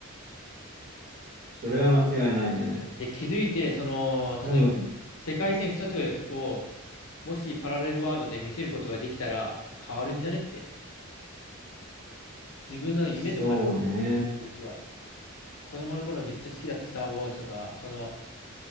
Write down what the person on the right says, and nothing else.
それは間違いないね。
多分、
そうね。